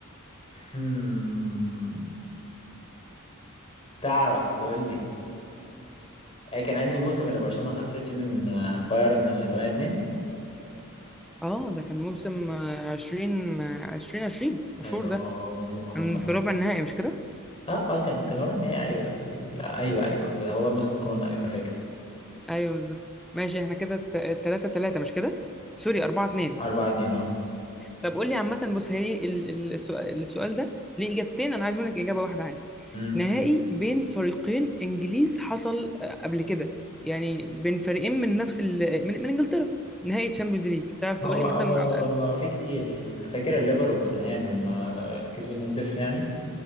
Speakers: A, on the left; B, in the centre.
A: هم، تعرف تقول لي أي كان انهي موسم اللي برشلونه خسرت فيه من آه، بايرن آه، 8 2
B: اه ده كان موسم آه، عشرين آه، عشرين عشرين مشهور
A: ايوه
B: ده
A: هو هو موسم الكورونا
B: كان في
A: ايوه
B: ربع النهائي مش كده؟
A: اه اه كان كان ربع النهائي ايوه ال- ايوه ايوه هو موسم الكورونا ايوه انا فاكر
B: ايوه بالظبط ماشي احنا كده ت- تلاتة تلاتة مش كده؟ سوري أربعة اتنين
A: أربعة اتنين اه
B: طب قول لي عامة بص هي ال- ال- السؤال السؤال ده ليه إجابتين أنا عايز منك إجابة واحدة عادي
A: امم
B: نهائي بين فريقين إنجليز حصل آه، قبل كده يعني بين فريقين من نفس ال... من, من إنجلترا نهائي تشامبيونز ليج تعرف تقول
A: هو
B: لي مثلا
A: هو مم. هو
B: على الأقل؟
A: هو في كتير يعني أنا فاكر الليفر وتوتنهام لما كسبوا 2-0 يعني